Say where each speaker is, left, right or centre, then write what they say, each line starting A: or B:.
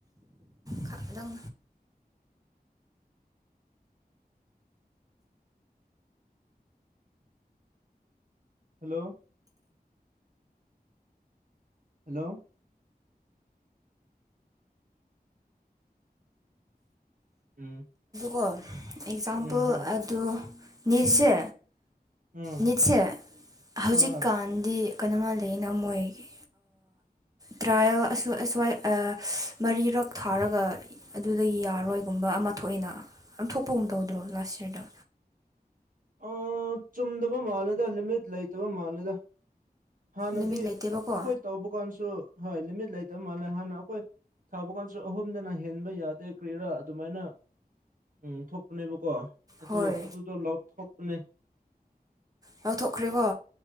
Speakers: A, on the right (about 20°); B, on the right (about 55°).
A: ꯈ ꯑꯗꯨꯝ
B: ꯍꯜꯂꯣ ꯍꯜꯂꯣ ꯎꯝ
A: ꯀꯣ ꯑꯦꯛꯖꯥꯝꯄꯜ
B: ꯎꯝ ꯍꯣꯏ
A: ꯑꯗꯨ ꯁꯦ
B: ꯎꯝ
A: ꯅꯤꯠꯁꯦ ꯍꯧꯖꯤꯛꯀꯥꯟꯗꯤ
B: ꯍꯣꯏ ꯍꯣꯏ
A: ꯀꯩꯅꯣꯃꯜꯜꯂꯤ ꯑꯅ ꯃꯣꯏꯒꯤ ꯇ꯭ꯔꯥꯌꯦꯜ ꯑꯁ꯭ꯋꯥ ꯃꯔꯤꯔꯛ ꯊꯥꯔꯒ ꯑꯗꯨꯗꯒꯤ ꯌꯥꯔꯣꯏꯒꯨꯝꯕ ꯑꯃ ꯊꯣꯛꯑꯏꯅ ꯂꯧꯊꯣꯛꯄꯒꯨꯝ ꯇꯧꯗ꯭ꯔꯣ ꯂꯥꯁ ꯌꯌꯥꯔꯗ
B: ꯑ ꯆꯨꯝꯗꯕ ꯃꯥꯜꯂꯦꯗ ꯂꯤꯃꯤꯠ ꯂꯩꯇꯕ ꯃꯥꯜꯂꯦꯗ ꯍꯥꯟꯅꯗꯤ
A: ꯂꯤꯃꯤꯠ ꯂꯩꯇꯦꯕꯀꯣ
B: ꯑꯩꯈꯣꯏ ꯇꯧꯕ ꯀꯥꯟꯁꯨ ꯍꯣꯏ ꯂꯤꯃꯤꯠ ꯂꯩꯇꯕ ꯃꯥꯜꯂꯦ ꯍꯥꯟꯅ ꯑꯩꯈꯣꯏ ꯊꯥꯕ ꯀꯥꯡꯁꯨ ꯑꯍꯨꯝꯗꯅ ꯍꯦꯟꯕ ꯌꯥꯗꯦ ꯀ꯭꯭ꯔꯦꯔꯥ ꯑꯗꯨꯃꯥꯏꯅ ꯎꯝ ꯊꯣꯛꯄꯅꯦꯕꯀꯣ ꯑꯗꯨ
A: ꯍꯣꯏ
B: ꯑꯗꯨꯗꯣ ꯂꯥꯎꯊꯣꯛꯄꯅꯦ
A: ꯂꯧꯊꯣꯛꯈ꯭ꯔꯦꯕꯣ